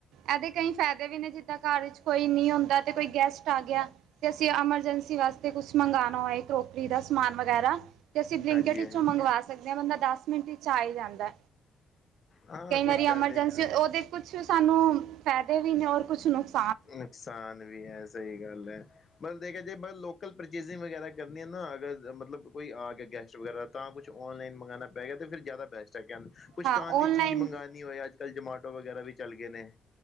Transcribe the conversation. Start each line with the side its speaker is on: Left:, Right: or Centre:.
Right: ਇਹਦੇ ਕਈ ਫਾਇਦੇ ਵੀ ਨੇ ਜਿੱਦਾਂ ਘਰ ਵਿੱਚ ਕੋਈ ਨਹੀਂ ਹੁੰਦਾ ਤੇ ਕੋਈ ਗੈਸਟ ਆ ਗਿਆ ਅਤੇ ਅਸੀਂ ਐਮਰਜੈਂਸੀ ਵਾਸਤੇ ਕੁਛ ਮੰਗਵਾਉਣਾ ਹੈਏ ਰੋਕਰੀ ਦਾ ਸਮਾਨ ਵਗੈਰਾ ਤੇ ਅਸੀਂ ਬਲਿੰਕਟ
Left: ਹਾਂਜੀ
Right: ਵਿੱਚੋਂ
Left: ਹਾਂਜੀ
Right: ਮੰਗਵਾ ਸਕਦੇ ਹਾਂ ਬੰਦਾ ਦੱਸ ਮਿੰਟ ਚ ਆ ਹੀ ਜਾਂਦਾ
Left: ਹਾਂ
Right: ਕਈ
Left: ਕੁਛ
Right: ਵਾਰੀ
Left: ਫਾਇਦੇ
Right: ਐਮਰਜੈਂਸੀ ਉਹਦੇ ਕੁਛ ਸਾਨੂੰ ਫ਼ਾਇਦੇ ਵੀ ਨੇ ਔਰ ਕੁਛ ਨੁਕਸ
Left: ਨੁਕਸਾਨ ਵੀ ਹੈ ਸਹੀ ਗੱਲ ਹੈ ਮ ਦੇਖਿਆ ਜੇ ਲੋਕਲ ਪਰਚੇਜਿੰਗ ਵਗੈਰਾ ਕਰਨੀ ਹੈ ਨਾ ਅਗਰ ਮਤਲਬ ਕੋਈ ਆ ਗਿਆ ਗੈਸਟ ਵਗੈਰਾ ਤਾਂ ਕੁਛ ਔਨਲਾਈਨ ਮੰਗਉਣਾ ਪੈ ਗਿਆ ਤੇ ਫਿਰ ਜ਼ਿਆਦਾ ਬੈਸਟ ਹੈ ਕ ਕੁਛ
Right: ਹਾਂ
Left: ਖਾਣ ਦੀ
Right: ਔਨਲਾਈਨ
Left: ਚੀਜ਼ ਮੰਗਉਣੀ ਹੋਏ ਅੱਜ ਕੱਲ੍ਹ ਜਮਾਟੋ ਵਗੈਰਾ ਵੀ ਚੱਲ ਗਏ ਨੇ